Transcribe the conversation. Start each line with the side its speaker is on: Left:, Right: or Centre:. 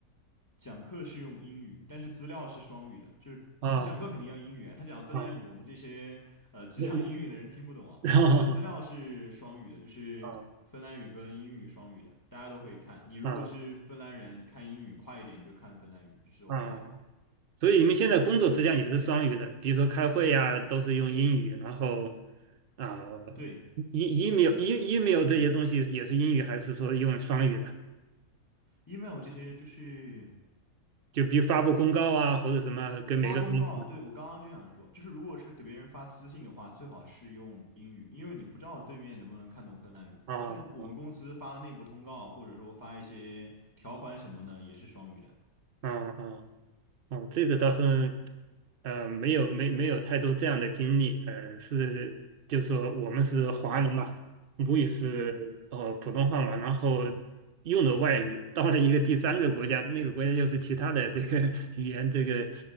Left: 讲课是用英语，但是资料是双语的，就是他讲课肯定要英语啊，
Right: 啊
Left: 他讲芬兰语，
Right: 啊，
Left: 我们这些呃只讲英语的人听不懂啊。
Right: 你你 <laughs> 啊
Left: 但是资料是双语的，就是芬兰语跟英语双语的，
Right: 啊
Left: 大家都可以看。你如果是芬兰人，
Right: 啊
Left: 你看英语快一点，你就看芬兰语，这是 OK
Right: 啊，
Left: 的。
Right: 所以你们现在工作实际上也是双语的，比如说开会呀、都是用英语，然后啊
Left: 对
Right: ，e email e email 这些东西也是英语，还是说用双语的？
Left: ，email 这些就是。
Right: 就比如发布公告啊，或者什么，跟每个同事
Left: 发公告，对，我刚刚就想说，就是如果是给别人发私信的话，最好是用英语，因为你不知道对面能不能看懂芬兰语。
Right: 啊啊
Left: 但我们公司发内部通告，或者说发一些条款什么的，也是双语的。
Right: 啊啊啊，这个倒是呃没有没没有太多这样的经历，呃是就说我们是华人嘛，
Left: 嗯
Right: 母语是呃普通话嘛，
Left: 嗯，
Right: 然后用的外语，到了一个第三个国家，那个国家又是其他的这个 <laughs> 语言，这个